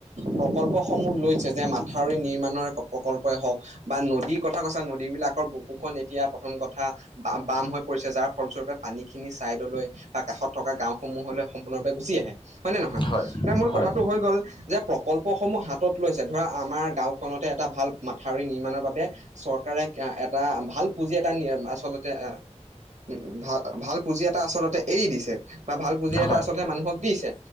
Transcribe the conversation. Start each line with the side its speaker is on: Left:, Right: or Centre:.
Right: প্ৰকল্পসমূহ লৈছে যে মাথাউৰি নিৰ্মাণৰ- প্ৰকল্পই হওক, বা নদীৰ কথা কৈছা নদীবলাকৰ বুকুখন এতিয়া প্ৰথম কথা। বা বাম হৈ পৰিছে যাৰ ফলস্বৰূপে পানী খিনি চাইদলৈ- বা কাষত থকা গাওসমূহলৈ সম্পূৰ্ণৰূপে গুচি আহে হয় নে নহয়
Left: হয়
Right: ন মূল
Left: হয়
Right: কথাটো হৈ গ'ল- যে প্ৰকল্পসমূহ হাতত লৈছে ধৰা আমাৰ গাঁওখনতে এটা ভাল মাথাউৰি নিৰ্মাণৰ বাবে- চৰকাৰে এটা ভাল পুঁজি এটা আচলতে এ- উম ভাল ভাল পুঁজি এটা আচলতে এৰি দিছে। বা ভাল পুঁজি এটা
Left: হয়
Right: আচলতে মানুহক দিছে